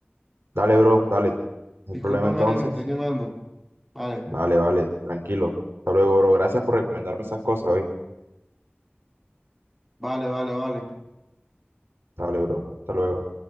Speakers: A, on the right (about 65°); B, in the centre.
A: Dale, bro, dale, no
B: Discúlpame,
A: hay problema entonces.
B: me están llamando. Vale,
A: Vale, vale, tranquilo. Hasta luego, bro. Gracias por recomendarme esas cosas, ¿viste?
B: vale, vale, vale.
A: Dale, bro. Hasta luego.